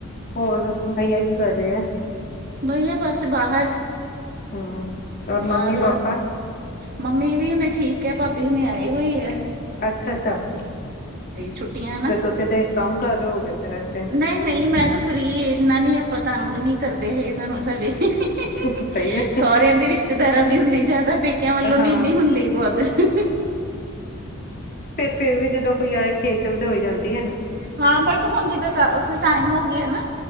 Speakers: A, on the left; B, on the right.
A: ਹੋਰ ਬਈਆ ਕੀ ਕਰ ਰਏ ਆ?
B: ਬਈਆ ਬਸ ਬਾਹਰ
A: ਹੂੰ। ਔਰ
B: ਬਾਰ,
A: ਮੰਮੀ ਪਾਪਾ
B: ਮੰਮੀ ਵੀ ਨੀ ਠੀਕ ਐ, ਭਾਬੀ ਹੁਨੇ ਆਏ ਹੋੲ ਐ।
A: ਅੱਛਾ, ਅੱਛਾ
B: ਛੁੱਟੀਆਂ ਨਾ
A: ਤੇ ਤੁਸੀਂ ਤੇ ਕੰਮ ਕਰ ਰਏ ਹੋਓਗੇ ਫਿਰ ਇਸ ਟਾਈਮ।
B: ਨਈ- ਨੀਈ ਮੈਂ ਤਾਂ ਫ੍ਰਰੀ ਏ ਏਨਾ ਨੀ ਆਪਾਂ ਤੰਗ ਨਈ ਕਰਦੇ ਹੈਗੇ ਸਾਨੂੰ ਸਾਡੇ, ਹਹ
A: ਸਹੀ ਹੈ
B: ਸੋਰੇਆਂ ਦੇ ਰਿਸ਼ਤੇਦਾਰਾਂ ਦੀ ਹੁੰਦੀ ਜਾਦਾ ਪੇ ਪੇਕੇਆ ਵੱਲੋਂ
A: ਹਾਂ
B: ਨੀ ਏਨੀ ਹੁੰਦੀ ਬੋਧ ਹ
A: ਫੇਰ ਵੀ ਜਿੱਦਾਂ ਕੋਈ ਆਏ ਖੇਚਲ ਤੇ ਹੋ ਈ ਜਾਂਦੀ ਏ।
B: ਹਾਂ, ਬਟ ਹੁਣ ਜਿੱਦਾਂ ਕਾਫੀ ਟਾਈਮ ਹੋ ਗੇਆ ਨਾ,